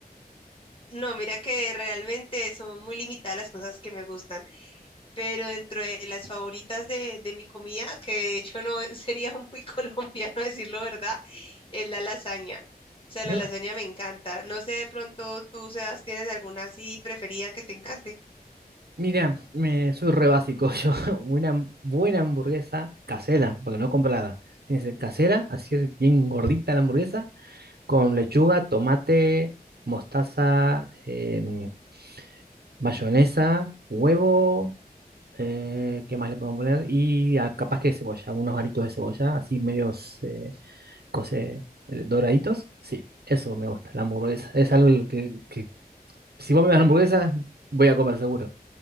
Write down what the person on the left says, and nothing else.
No, mira que realmente son muy limitadas las cosas que me gustan, pero dentro de las favoritas de, de mi comida, que de hecho no sería muy <laughs> colombiano decirlo, ¿verdad? es la lasaña. O sea,
la lasaña me encanta. No sé, de pronto tú, Sebas, tienes alguna así preferida que te encante.